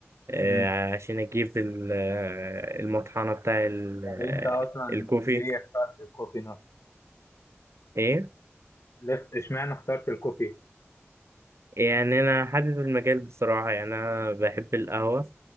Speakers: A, on the right; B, on the left.
A: آه،
B: امم
A: عشان اجيب ال- آه، المطحنة بتاع ال-
B: طب
A: آه،
B: انت اصلا
A: الكوفي
B: ليه اخترت الكوفي نفسه؟
A: ايه
B: ليه اشمعنى اخترت الكوفي؟
A: يعني انا حابب المجال بصراحة يعني انا بحب القهوة